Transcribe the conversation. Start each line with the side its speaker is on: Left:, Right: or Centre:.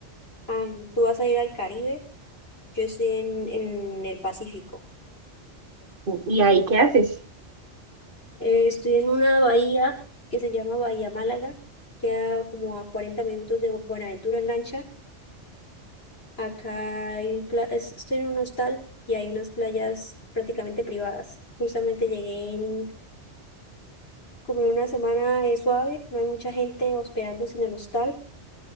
Left: Ah, tú vas a ir al Caribe, yo estoy en, en el Pacífico.
Right: ¿Y ahí qué haces?
Left: Eh, estoy en una bahía que se llama Bahía Málaga, queda como a 40 minutos de Bu- Buenaventura en lancha Acá hay pla- es- estoy en un hostal y hay unas playas prácticamente privadas. Justamente llegué en como en una semana eh, suave, no hay mucha gente hospedándose en el hostal,